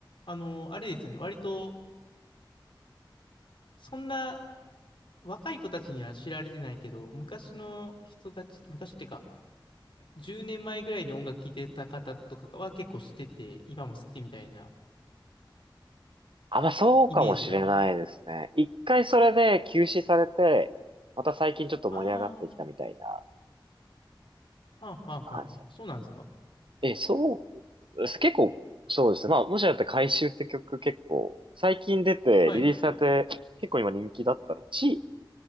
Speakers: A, on the left (about 75°); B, on the right (about 75°).
A: あの、あれですよね。割と、そんな、若い子たちには知られてないけど、昔の人たち、昔ってか、10年前ぐらいに音楽聴いてた方とかは結構知ってて、今も好きみたいな
B: あ、まあそうかもしれないですね。
A: イメージが。
B: 一回それで休止されて、また最近ちょっと盛り上がってきたみたいな
A: あー、はあ、はあ、
B: 感じ。
A: はあ、あ、そうなんですか。
B: え、そう、結構、そうですね。まあ、もしやったら回収って曲結構、最近出て、
A: はい。
B: リリースされて、結構今人気だったの。ち、